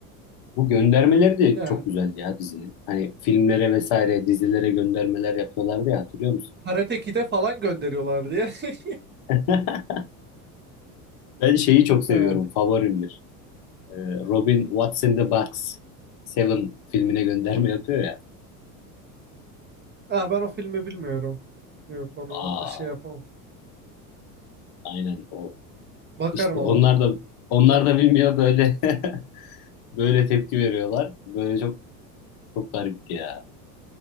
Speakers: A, on the left; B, on the right.
A: Bu göndermeleri de
B: yani
A: çok güzeldi ya dizinin. Hani filmlere vesaire dizilere göndermeler yapıyorlardı ya hatırlıyor musun?
B: Karate Kid'e falan gönderiyorlar diye. <laughs>
A: <laughs> Ben şeyi çok seviyorum.
B: Ha.
A: Favorimdir. Ee, Robin What's in the Box? Seven filmine gönderme yapıyor ya.
B: Ah, ben o filmi bilmiyorum. Yok onu
A: Aa,
B: şey yapamam.
A: aynen o
B: Bakarım
A: İşte
B: ama.
A: onlar da onlar da bilmiyor böyle <laughs> böyle tepki veriyorlar. Böyle çok çok garipti ya.